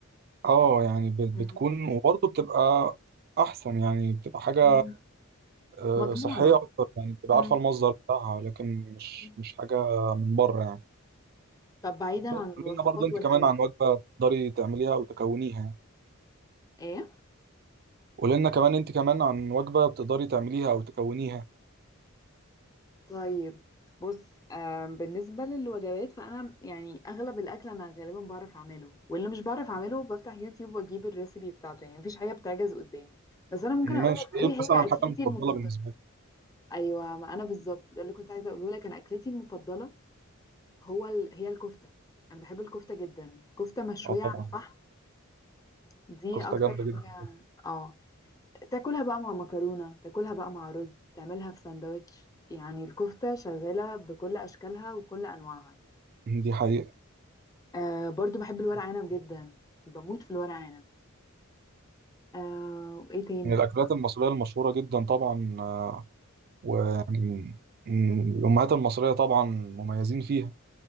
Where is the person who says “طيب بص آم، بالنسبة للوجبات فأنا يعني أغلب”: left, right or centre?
Left